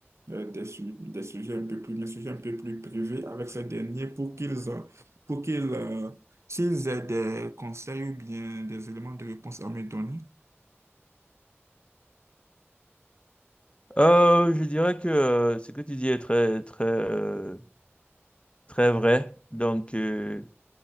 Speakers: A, on the right; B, on the left.
A: euh, des, su- des sujets un peu plus, mes sujets un peu plus privés avec ces derniers pour qu'ils, euh, pour qu'ils, euh, s'ils aient des conseils ou bien des éléments de réponse à me donner.
B: Euh, je dirais que euh, ce que tu dis est très très euh, très vrai. Donc euh,